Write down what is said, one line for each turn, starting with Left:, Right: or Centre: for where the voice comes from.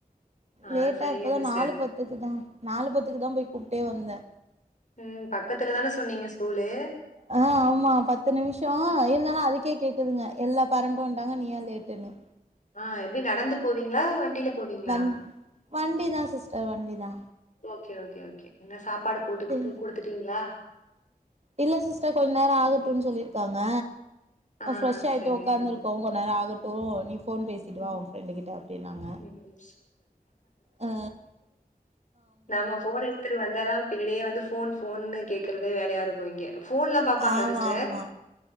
Left: ஆ
Right: லேட்டா
Left: சரிங்க
Right: இப்பதா
Left: சிஸ்டர்.
Right: நாலு பத்துக்கு தா நாலு பத்துக்கு தா போய் கூப்ட்டே வந்தே
Left: ம் பக்கத்துல தான சொன்னீங்க ஸ்கூலு
Right: ஆ ஆமா பத் பத்து நிமிஷம் இருந்தாலு அதுக்கே கேக்குதுங்க எல்லா பாரண்ட்டு வண்ட்டாங்க நீய லேட்டுன்னு
Left: ஆ எப்டி நடந்து போவீங்களா வண்டியில போவீங்களா
Right: வண் வண்டி தா சிஸ்டர் வண்டி தா
Left: ஓகே ஓகே ஓகே என்ன சாப்பாடு போட்டுக்கட்டு
Right: அது
Left: குடுத்துட்டீங்களா
Right: இல்ல சிஸ்டர் கொஞ்ச நேரம் ஆகட்டும்ன்னு சொல்லியிருக்காங்க
Left: ஆ
Right: ஃப்ரெஷ் ஆகிட்டு
Left: சரிங்க
Right: உக்காந்துருக்கோ
Left: சிஸ்டர்.
Right: கொந்நேரோ ஆகட்டு நீ ஃபோன் பேசிட்டு
Left: ம்
Right: வா உங்க ஃப்ரெண்டு கிட்ட அப்டின்னாங்க
Left: ம்
Right: அ
Left: நம்ம ஃபோன் எடுத்துட்டு வந்தாதா பின்னாடியே வந்து ஃபோன் ஃபோன்னு கேக்குறதே வேலையா இருக்கு இங்க ஃபோன்லா பாப்பாங்களா
Right: ஆமா
Left: சிஸ்டர்
Right: ஆமா